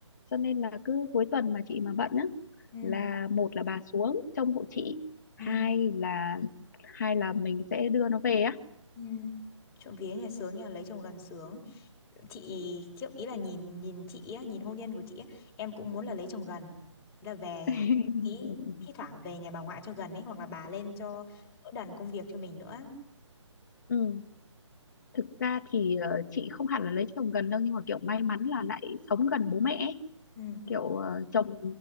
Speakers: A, on the left; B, on the left.
A: cho nên là cứ cuối tuần mà chị mà bận á
B: Ừ,
A: là một là bà xuống trông hộ chị hai
B: ừ,
A: là hai là mình sẽ đưa nó về á
B: ừ. Trộm vía nhà sướng nhờ, lấy chồng gần sướng. chị kiểu ý là nhìn nhìn chị á, nhìn hôn nhân của chị á, em cũng muốn là lấy chồng gần ý là về
A: <laughs>
B: ý thi thoảng về nhà bà ngoại cho gần ấy hoặc là bà lên cho đỡ đần công việc cho mình nữa
A: ừ. thực ra thì ờ, chị không hẳn là lấy chồng gần đâu nhưng mà kiểu may mắn là lại sống gần bố mẹ ấy.
B: ừ.
A: kiểu ờ, chồng